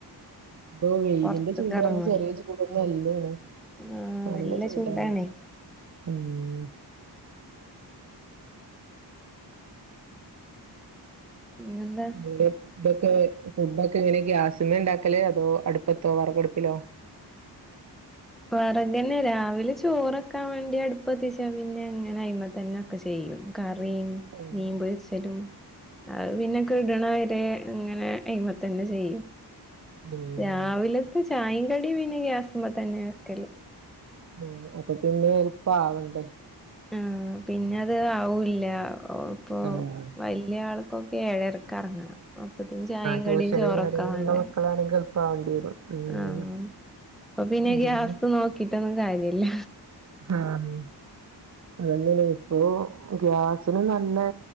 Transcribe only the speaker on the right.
ഇപ്പൊ വെയിലിന്റെ
ചൂട്
റഞ്ഞ ചെറിയ ചൂടൊന്നും അല്ലെണ്
നല്ല ചൂടാണ്
ഉം.
ഇവര് ഒറ്റക്ക് <unintelligible> ഫുഡൊക്കെ ഇങ്ങനെ ഗ്യസ്മെ ഇണ്ടാക്കല് അതോ അടുപ്പത്തോ വെറകടുപ്പിലോ
ഉം
ഉം
ഉ ഇപ്പപിന്നെ ഇപ്പ ആവണ്ടേ
ആഹ്
ട്യൂഷനും
കാര്യങ്ങളുള്ള
മക്കളാണെങ്കി എളുപ്പാവേണ്ടി വരും ഉം
അതന്നെ
ആഹ് അത് അതന്നെ ഇപ്പൊ ഗ്യാസിന് നല്ലെ